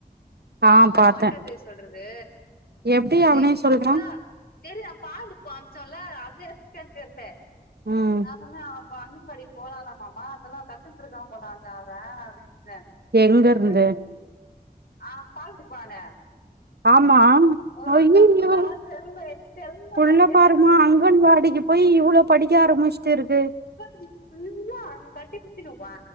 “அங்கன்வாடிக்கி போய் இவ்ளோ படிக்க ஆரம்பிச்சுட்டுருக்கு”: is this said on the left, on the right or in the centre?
Right